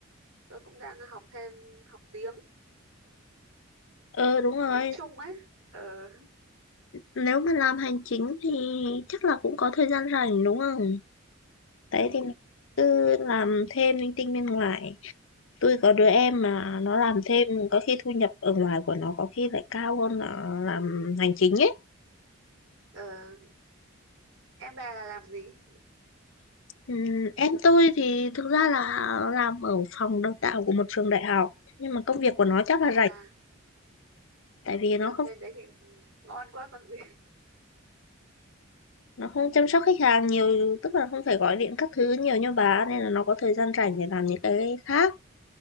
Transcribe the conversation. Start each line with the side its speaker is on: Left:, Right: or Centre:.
Right: tôi cũng đang học thêm học tiếng
Left: ờ đúng rồi,
Right: tiếng Trung ấy ờ,
Left: nếu mà làm hành chính thì chắc là cũng có thời gian rảnh đúng không? Đấy
Right: ừ,
Left: thì mình cứ làm thêm linh tinh bên ngoài. Tôi có đứa em mà nó làm thêm có khi thu nhập ở ngoài của nó có khi lại cao hơn là làm hành chính ấy.
Right: ờ, em bà là làm gì
Left: Ừm, em tôi thì thực ra là làm ở phòng đào tạo của một trường đại học nhưng mà công việc của nó chắc
Right: à
Left: là rảnh tại vì
Right: làm
Left: nó không
Right: bên đấy thì ngon quá còn gì <laughs>
Left: nó không chăm sóc khách hàng nhiều tức là không phải gọi điện các thứ nhiều như bà ấy, nên là nó có thời gian rảnh để làm những cái khác